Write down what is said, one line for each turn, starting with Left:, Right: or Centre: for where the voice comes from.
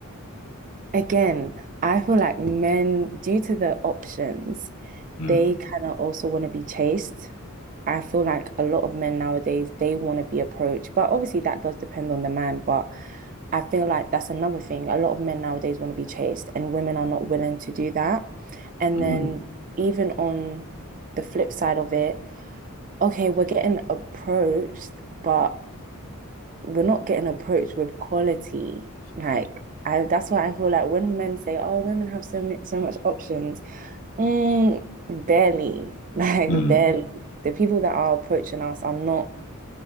Right: again, I feel like men, due to the options,
Left: Mm,
Right: they kind of also want to be chased. I feel like a lot of men nowadays, they want to be approached, but obviously that does depend on the man. But I feel like that's another thing. A lot of men nowadays want to be chased, and women are not willing to do that. And
Left: mm,
Right: then even on the flip side of it, okay, we're getting approached, but we're not getting approached with quality. Like I, that's why I feel like when men say, "Oh, women have so many, so much options," mm, barely, <laughs> like
Left: mm,
Right: barely. The people that are approaching us are not,